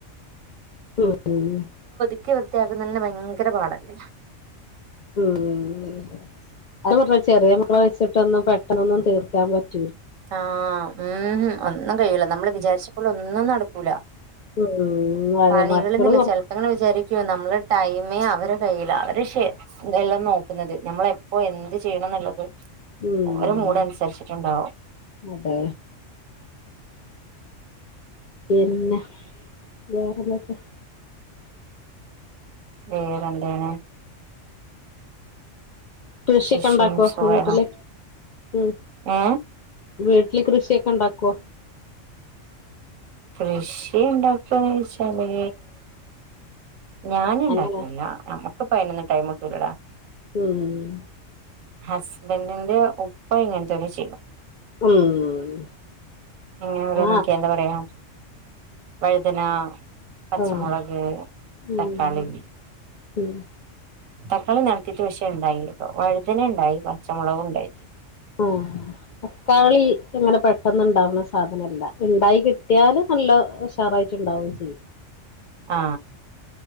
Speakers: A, on the left; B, on the right.
A: ഉം
B: ചെത്തി വൃത്തിയാക്കുന്നതന്നെ ഭയങ്കര പാടല്ലേ
A: ഉം അ പറയ ചെറിയ മക്കളെ വെച്ചിട്ടൊന്നും പെട്ടെന്നൊന്നും തീർക്കാൻ പറ്റ
B: ആ ഉം ഒന്നും കഴൂല നമ്മൾ വിചാരിച്ചപ്പോൾ ഒന്നും നടക്കൂല
A: ഉം അതെ
B: പണികളൊന്നില്ല
A: മക്കള് കൊറ
B: ചിലപ്പോങ്ങനെ വിചാരിക്ക ക്കോ നമ്മള് ടൈമേ അവരെ കയ്യിലാ അവര് എന്തെല്ലാം നോക്കുന്നത് നമ്മളെ ഇപ്പൊ എന്ത് ചെയ്യണം എന്നുള്ളത്
A: ഉം
B: ഓരോ മൂട് അനുസരിച്ചിട്ടുണ്ടാവും
A: അതെ പിന്നെ വേറെന്തൊക്കെയാ
B: വേറെ എന്താണ്
A: കൃഷിയക്കെ
B: ശിഷം
A: ഉണ്ടാക്കുവോ
B: സുഖണോ
A: വീട്ടില് ഉം
B: ഏ
A: വീട്ടില് കൃഷിയൊക്കെ ഉണ്ടാക്കുവോ
B: കൃഷി ഉണ്ടാക്കന്ന് വച്ചാല് ഞാൻ ഉണ്ടാക്കണില്ല
A: അങ്ങനെ
B: നമ്മുക്കിപ്പ അയനൊന്നും ടൈമ് കിട്ടുലടാ
A: ഉം
B: ഹസ്ബൻഡിന്റെ ഉപ്പ ഇങ്ങനെത്തെയെക്കെ ചെയ്യും
A: ഉം
B: ഇങ്ങനെ ഓരോനൊക്ക
A: ആഹ്
B: എന്താ പറയാ വഴുതന പച്ചമുളക്
A: ആഹ് ഉം
B: തക്കാളി
A: ഉം
B: തക്കാളി നടത്തിയിട്ട് പക്ഷേ ഉണ്ടായില്ല കേട്ടോ വഴുതന ഉണ്ടായി പച്ചമുളകും ഉണ്ടായി
A: ഓ തക്കാളി ഇങ്ങനെ പെട്ടന്ന് ഉണ്ടാവുന്ന സാധനല്ല ഉണ്ടായി കിട്ടിയാല് നല്ല ഉഷാറായി ഉണ്ടാവകയും ചെയ്യും
B: ആ